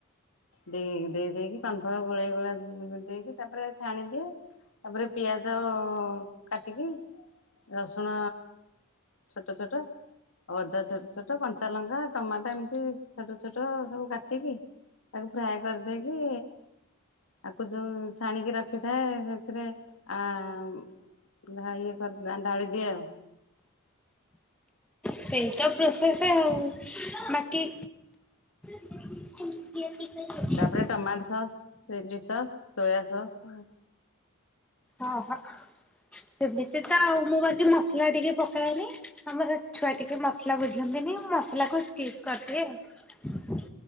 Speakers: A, on the left (about 70°); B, in the centre.
A: ଦେଇ, ଦେଇ ଦେଇକି କନଫାଓ୍ବାର ଗୋଳେଇ ଗୋଳା ଦେଇକି ତାପରେ ଛାଣିଦିଏ। ତାପରେ ପିଆଜ ଅ କାଟିକି ରସୁଣ ଛୋଟୋ ଛୋଟୋ ଅଦା ଛୋଟ ଛୋଟ କଞ୍ଚା ଲଙ୍କା ଟମାଟୋ ଏମିତି ଛୋଟ ଛୋଟ ସବୁ କାଟିକି। ତାକୁ ଫ୍ରାଏ କରିଦେଇକି। ତାକୁ ଯୋଉ ଛାଣିକି ରଖିଥାଏ ସେଥିରେ ଆ ଉଁ ଢା ଇଏ କରି ଦି ଢାଳି ଦିଏ ଆଉ।
B: ସେଇ ତ ପ୍ରୋସେସ ଆଉ ବାକି। ହଁ
A: ତାପରେ tomato sauce, chilli sauce, soya sauce.
B: ଓହୋ ସେମିତି ତ ଆଉ ମୁଁ ବାକି ମସଲା ଟିକେ ପ ପକାଏନି ଆମର ଛୁଆ ଟିକେ ମସଲା ବୁଝନ୍ତିନି ମୁମସଲାକୁ ସ୍କିପ୍ କରିଦିଏ ଆଉ।